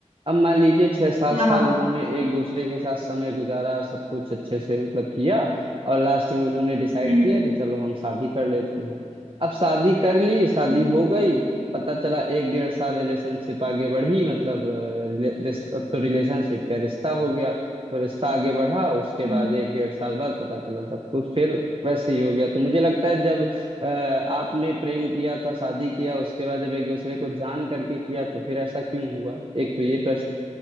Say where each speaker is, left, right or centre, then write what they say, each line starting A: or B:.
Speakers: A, on the right; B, on the right.
A: अब मान लीजिए छह सात
B: हम्म,
A: साल
B: हाँ हाँ
A: उन्होंने एक दूसरे के साथ समय गुजारा सब कुछ अच्छे से मतलब किया और लास्ट में उन्होंने डिसाइड
B: हम्म हम्म
A: किया कि चलो हम शादी कर लेते हैं अब शादी कर ली शादी
B: हम्म
A: हो गई पता चला एक डेढ़ साल रिलेशनशिप आगे बढ़ी मतलब अ, रिले- रिस- अब तो रिलेशनशिप क्या रिश्ता हो गया तो रिश्ता आगे बढ़ा उसके
B: हम्म,
A: बाद एक डेढ़ साल बाद पता चला सब कुछ फिर वैसे ही हो गया तो मुझे लगता है जब अ, आपने प्रेम किया था शादी किया उसके बाद जब एक दूसरे को जान करके किया तो फिर ऐसा क्यों हुआ एक तो ये प्रश्न